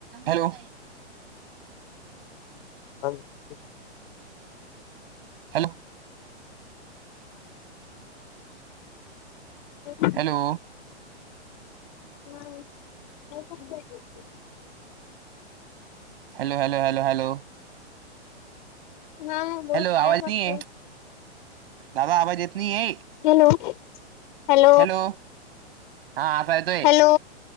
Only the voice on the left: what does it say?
ह <unintelligible>
हम <unintelligible>
ह्म काय करताय <unintelligible>
ना बोल
काय
करतोय?
हॅलो हॅल
हॅलो